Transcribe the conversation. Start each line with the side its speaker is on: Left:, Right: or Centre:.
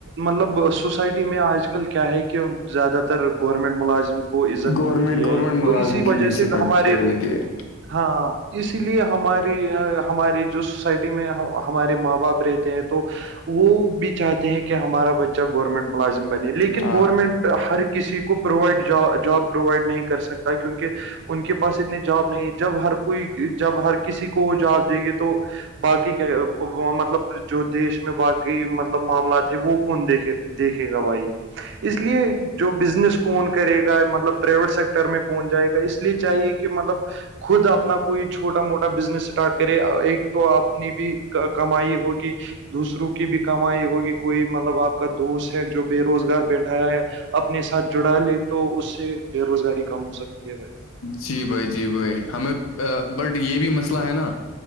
Right: مطلب سوسائٹی میں آج کل کیا ہے کہ زیادہ تر گورنمنٹ ملازم کو عزت
Left: گورنمنٹ
Right: ملتی
Left: گورنمنٹ
Right: ہے تو
Left: ملازم
Right: اسی وجہ
Left: کے پیچھے
Right: سے
Left: پڑ-
Right: ہمارے
Left: پڑے لگے ہیں۔
Right: ہاں اسی لیے ہماری ہماری جو سوسائٹی میں ہمارے ماں باپ رہتے ہیں تو وہ بھی چاہتے ہیں کہ ہمارا بچہ گورنمنٹ ملازم بنے لیکن
Left: ہاں
Right: گورنمنٹ ہر کسی کو پرووائڈ جاب پرووائڈ نہیں کر سکتا کیونکہ کہ ان کے پاس اتنی جاب نہیں جب ہر کوئی جب ہر کسی کو وہ جاب دیں گے تو باقی کہ وہ مطلب جو دیش میں باقی مطلب معاملات ہے وہ کون دیکھے دیکھے گا بھائی اس لیے جو بزنس کون کرے گا مطلب پرائیویٹ سیکٹر میں کون جائے گا اس لیے چاہیے کہ مطلب خود اپنا کوئی چھوٹا موٹا بزنس اسٹارٹ کرے ایک تو اپنی بھی کمائی ہوگی دوسروں کی بھی کمائی ہوگی کوئی مطلب آپ کا دوست ہے جو بے روزگار بیٹھا ہے اپنے ساتھ جڑا لے تو اسے بے روزگاری کم ہو سکتی ہے بھائی
Left: جی بھائی جی بھائی ہمیں بٹ یہ بھی مسئلہ ہے نا